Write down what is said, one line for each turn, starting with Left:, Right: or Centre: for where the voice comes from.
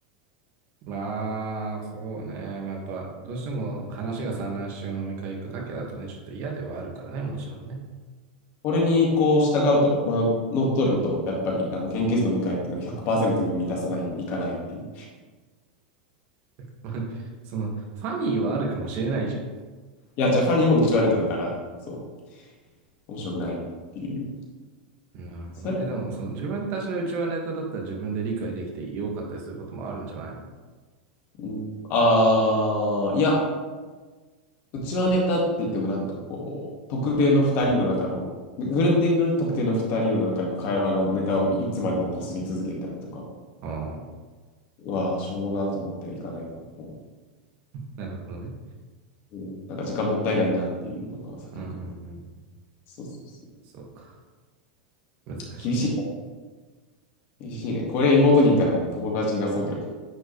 Right: まあ、そうね。まあ、やっぱ、どうしても話が散乱しちゃう飲み会行くだけだとね、ちょっと嫌ではあるからね、もちろんね。
Left: これにこう従うと、まあ、乗っ取ると、やっぱりあの研究室の見返っていうのは100%全部満たさない、いかないっていう。
Right: <laughs> その、ファニーはあるかもしれないじゃん。
Left: いや、ジャパニーもうちはネタだから、そう、面白くないっていう。
Right: うんなるほど。
Left: それ、
Right: え、でも、その、自分たちの内輪ネタだったら自分で理解できてよかったりすることもあるんじゃないの
Left: うん、ああ、いや、うちわネタって言ってもなんかこう、特定の二人の中の、グループでいるのに特定の二人の中の会話のネタをいつまでも擦り続けたりとか、
Right: ああ、
Left: うわー、しょうもなと思っていかないから、も
Right: なるほどね。
Left: う、うんなんか時間もったいないなっていうのが先に来る。
Right: うん、うん、うん。
Left: そうそうそう。
Right: そうか。難しいね。
Left: 厳しい <laughs> 厳しいね。これ妹にいたらね、友達いなそうって言